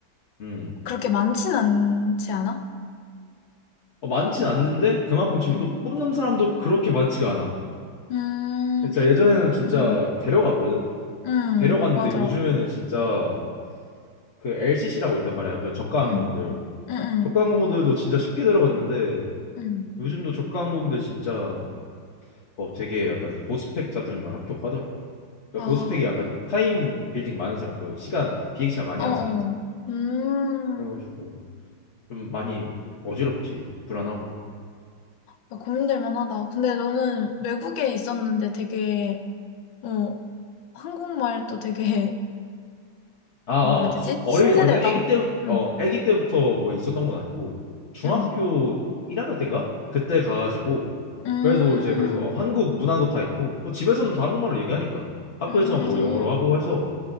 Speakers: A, on the left (about 45°); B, on the left (about 75°).
A: 음.
B: 그렇게 많진 않지 않아?
A: 어, 많진 않는데 그만큼 지금
B: 음,
A: 또 뽑는 사람도 그렇게 많지가 않아.
B: 음,
A: 진짜 예전에는 진짜
B: 음,
A: 데려갔거든.
B: 음,
A: 데려갔는데
B: 맞아.
A: 요즘에는 진짜 그 LCC라고 있단 말이야. 그 저가 항공들.
B: 음, 음, 음.
A: 저가 항공들도 진짜 쉽게 들어갔는데
B: 음.
A: 요즘도 저가 항공들 진짜 어 되게 약간 고스펙자들만 합격하더라고. 그러니까
B: 아.
A: 고스펙이 약간 타임 빌딩 많은 사람, 그 시간 비행 시간 많이
B: 어어.
A: 하는 사람.
B: 음.
A: 그래가지고 좀 많이 어지럽지. 불안하고.
B: 고민될 만하다. 근데 너는 외국에 있었는데 되게, 어, 한국말도 되게, <laughs>
A: 아,
B: 뭐라
A: 아,
B: 해야 되지?
A: 어릴
B: 신세대다.
A: 완전 아기 때부터
B: 응,
A: 어 아기 때부터 뭐 있었던 건 아니고 중학교
B: 응.
A: 1학년 때인가? 그때 가가지고
B: 음,
A: 그래도 이제 그래서 어, 한국 문화도 다 있고 뭐 집에서는 다 한국말로 얘기하니까 학교에서만
B: 음,
A: 뭐 영어로 하고 해서